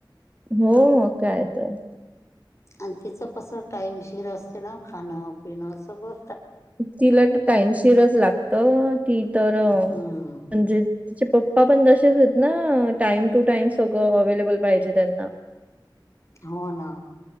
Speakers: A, on the right; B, on the left.
A: हो, मग काय तर.
B: आणि तिचं कसं टाईमशीर असते ना खाणं पिणं सगळं....
A: तिला तर टाइमशीरच लागतं, ती तर
B: हम्म
A: म्हणजे.... त्याचे पप्पा पण तसेच आहेत ना टाइम टू टाइम सगळं अवेलेबल पाहिजे त्यांना.
B: हो ना.